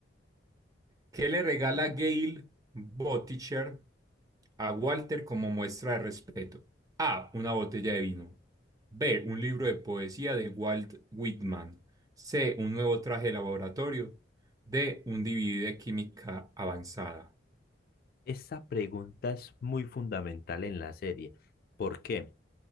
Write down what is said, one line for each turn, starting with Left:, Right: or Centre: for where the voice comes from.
Right: ¿Qué le regala Gail Botticher a Walter como muestra de respeto? A. Una botella de vino. B. Un libro de poesía de Walt Whitman. C. Un nuevo traje de laboratorio. D. Un DVD de química avanzada.
Left: Esta pregunta es muy fundamental en la serie. ¿Por qué?